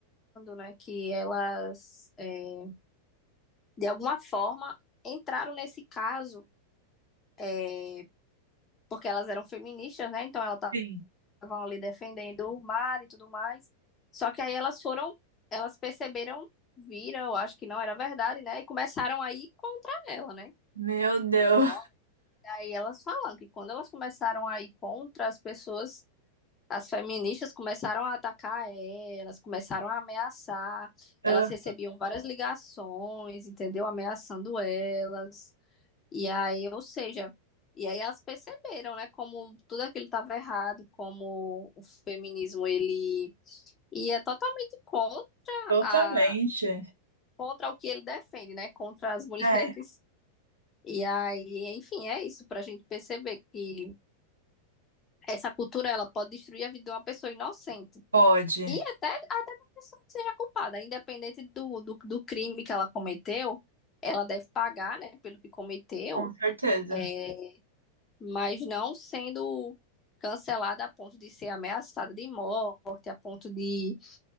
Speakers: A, on the left; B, on the right.
A: né, que elas, é, de alguma forma, entraram nesse caso, é, porque elas eram feministas, né? Então, ela tá
B: Sim,
A: estavam ali defendendo o mar e tudo mais. Só que aí elas foram, elas perceberam, viram, eu acho que não era verdade, né? E começaram a ir contra ela, né?
B: Meu Deus.
A: Nossa, aí elas falam que quando elas começaram a ir contra as pessoas, as feministas começaram a atacar elas, começaram a ameaçar.
B: Ah,
A: Elas recebiam várias ligações, entendeu? Ameaçando elas. E aí, ou seja, e aí elas perceberam, né, como tudo aquilo estava errado, como o feminismo ele ia totalmente contra
B: Totalmente.
A: a contra o que ele defende, né, contra as <laughs> mulheres.
B: É,
A: E aí, enfim, é isso para a gente perceber que essa cultura ela pode destruir a vida de uma pessoa inocente.
B: pode.
A: E até, até da pessoa que seja culpada, independente do, do, do crime que ela cometeu, ela deve pagar, né, pelo que cometeu.
B: Com certeza.
A: é, mas não sendo cancelada a ponto de ser ameaçada de morte, a ponto de,